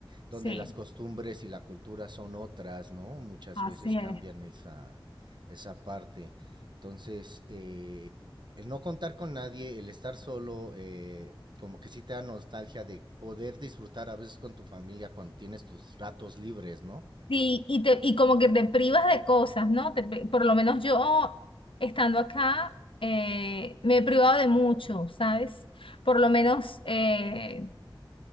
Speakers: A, on the right (about 60°); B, on the left (about 80°).
A: donde
B: sí,
A: las costumbres y la cultura son otras, ¿no? Muchas
B: así
A: veces cambian
B: es.
A: esa, esa parte. Entonces, eh, el no contar con nadie, el estar solo, eh, como que sí te da nostalgia de poder disfrutar a veces con tu familia cuando tienes tus ratos libres, ¿no?
B: Sí, y, te, y como que te privas de cosas, ¿no? Te pri- por lo menos yo, estando acá, eh, me he privado de mucho, ¿sabes? Por lo menos, eh,